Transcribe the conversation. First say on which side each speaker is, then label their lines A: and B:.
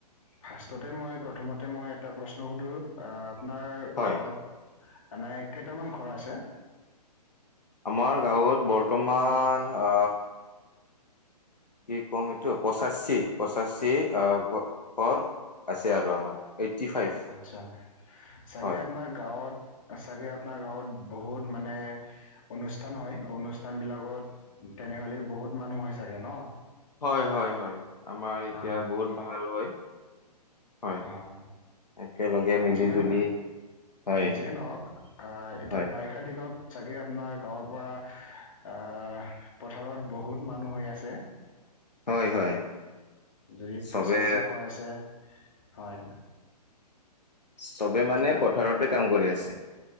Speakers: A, on the left (about 50°); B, on the left (about 80°).
A: ফাৰ্ষ্টতে মই প্ৰথমতে মই এটা প্ৰশ্ন সুধো। আহ আপোনাৰ
B: হয়
A: গাঁৱত আনাই কেইটামান ঘৰ আছে?
B: আমাৰ গাঁৱত বৰ্তমান আ কি কম এইটো, পঁচাচি, পঁচাচি আ ঘৰ আছে আৰু আমাৰ। এইট্টি ফাইভ
A: আত্ছা, চাগে
B: হয়।
A: আপোনাৰ গাঁৱত চাগে আপোনাৰ গাঁৱত বহুত মানে অনুষ্ঠান হ'য়। অনুষ্ঠান বিলাকত তেনেহ'লে বহুত মানুহ হ'য় চাগে ন'?
B: হ'য়-হয়-হয়। আমাৰ এতিয়া
A: অ
B: বহুত ভাল হ'য়। হয়
A: অঁ।
B: একেলগে মিলি
A: যিয়েন,
B: জুলি হয়
A: যিয়ে নহওক আঁ এতিয়া
B: হয়
A: বাৰিষা দিনত চাগে আপোনাৰ গাঁৱৰ পৰা, আ পথাৰত বহুত মানুহ হৈ আছে।
B: হয়
A: আ,
B: হয়
A: যদি
B: চবে
A: পচাঁচি ঘৰ আছে হ'য়।
B: চবে
A: এতিয়া
B: মানে, পথাৰতে কাম কৰি আছে।